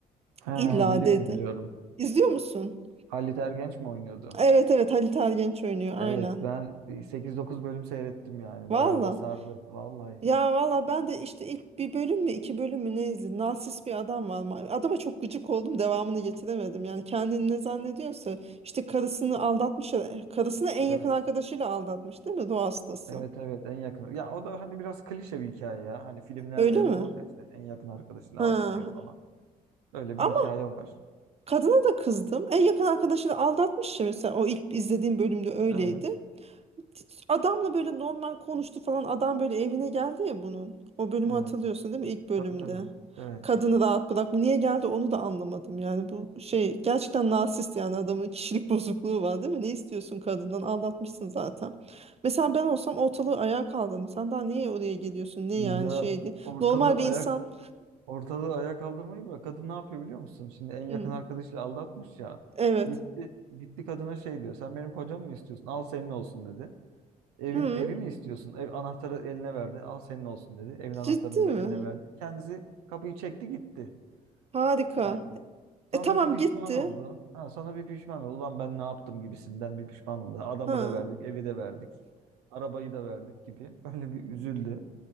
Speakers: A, on the right; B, on the right.
A: Ha,
B: İlla
A: biliyorum
B: dedi.
A: biliyorum.
B: İzliyor musun?
A: Halit Ergenç mi oynuyordu?
B: Evet evet Halit Ergenç oynuyor aynen.
A: Evet ben sekiz dokuz bölüm seyrettim yani.
B: Valla.
A: Bayağı da sardı vallahi.
B: Ya valla ben de işte ilk bir bölüm mü iki bölüm mü ne izledim. Narsist bir adam var. Ma- Adama çok gıcık oldum devamını getiremedim. Yani kendini ne zannediyorsa işte karısını aldatmış. Karısını en yakın
A: Evet.
B: arkadaşıyla aldatmış değil mi? Ruh hastası.
A: Evet evet en yakın. Ya o da hani biraz klişe bir hikaye ya. Hani filmlerde
B: Öyle
A: hep
B: mi?
A: olur ya işte en yakın arkadaşıyla
B: Ha.
A: aldatıyor falan. Öyle
B: Ama
A: bir hikaye var.
B: Kadına da kızdım. En yakın arkadaşını aldatmış ya mesela o ilk izlediğim bölümde öyleydi.
A: Evet.
B: Adamla böyle normal konuştu falan. Adam böyle evine geldi ya bunun. O bölümü
A: Evet.
B: hatırlıyorsun değil mi ilk bölümde?
A: Tabii tabii. Evet.
B: Kadını rahat bırak. Bu niye geldi onu da anlamadım. Yani bu şey gerçekten narsist yani adamın kişilik <laughs> bozukluğu var değil mi? Ne istiyorsun kadından? Aldatmışsın zaten. Mesela ben olsam ortalığı ayağa kaldırdım. Sen daha niye oraya geliyorsun? Ne
A: Ya
B: yani şeydi?
A: ortalığı
B: Normal bir
A: ayak
B: insan.
A: ortalığı ayağa kaldırmayı bırak. Kadın ne yapıyor biliyor musun? Şimdi en yakın
B: Hı,
A: arkadaşıyla aldatmış ya.
B: evet.
A: Gitti gitti kadına şey diyor. Sen benim kocamı mı istiyorsun? Al senin olsun dedi. Evin
B: Hı,
A: evi mi istiyorsun? Ev anahtarı eline verdi. Al senin olsun dedi. Evin anahtarını
B: ciddi
A: da eline
B: mi?
A: verdi. Kendisi kapıyı çekti gitti.
B: Harika.
A: Yani
B: E
A: sonra
B: tamam
A: bir pişman
B: gitti.
A: oldu. Ha, sonra bir pişman oldu. Ulan ben ne yaptım gibisinden bir pişman oldu. Adamı
B: Ha.
A: da verdik, evi de verdik. Arabayı da verdik gibi. <laughs> Öyle bir üzüldü.